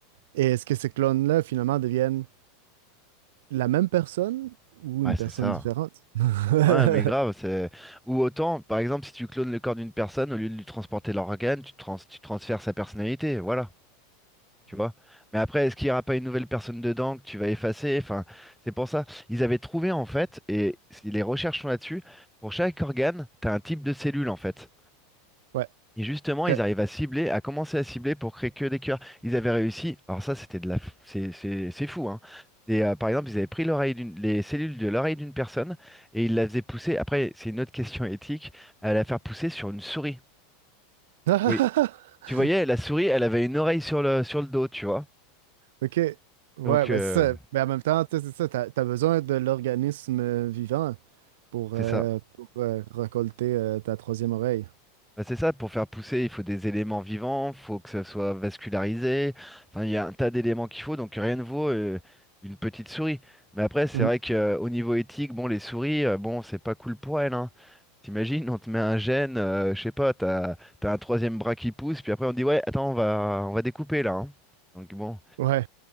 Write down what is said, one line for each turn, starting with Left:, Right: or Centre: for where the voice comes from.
Right: et est-ce que ces clones-là finalement deviennent la même personne ou
Centre: Ouais,
Right: une personne
Centre: c'est ça.
Right: différente? <laughs>
Centre: Ouais, mais grave, c'est... Ou autant, par exemple, si tu clones le corps d'une personne, au lieu de lui transporter l'organe, tu, trans- tu transfères sa personnalité, voilà. Tu vois? Mais après, est-ce qu'il n'y aura pas une nouvelle personne dedans que tu vas effacer? Enfin, c'est pour ça. Ils avaient trouvé, en fait, et si les recherches sont là-dessus, pour chaque organe, tu as un type de cellule, en fait.
Right: Ouais,
Centre: Et justement,
Right: ok.
Centre: ils arrivent à cibler, à commencer à cibler pour créer que des cœurs. Ils avaient réussi. Alors ça, c'était de la, f- c'est c'est- c'est fou, hein. Des, euh, par exemple, ils avaient pris l'oreille d'une, les cellules de l'oreille d'une personne et ils la faisaient pousser. Après, c'est une autre question éthique, à la faire pousser sur une souris.
Right: <laughs>
Centre: Oui. Tu voyais, la souris, elle avait une oreille sur le, sur le dos, tu vois.
Right: Ok, ouais,
Centre: Donc
Right: ben
Centre: euh,
Right: c'est ça. Mais en même temps, tu sais, c'est ça, t'as, t'as besoin de l'organisme euh, vivant pour, euh,
Centre: c'est ça.
Right: pour euh, récolter euh, ta troisième oreille.
Centre: Bah, c'est ça, pour faire pousser, il faut des éléments vivants, il faut que ça soit vascularisé. Enfin, il y a un tas d'éléments qu'il faut, donc rien ne vaut euh, une petite souris. Mais après, c'est
Right: Mhm.
Centre: vrai qu'au niveau éthique, bon, les souris, euh, bon, c'est pas cool pour elles, hein. T'imagines, on te met un gène, euh, je sais pas, t'as, t'as un troisième bras qui pousse, puis après on dit ouais, attends, on va, on va découper là. hein. Donc bon,
Right: Ouais,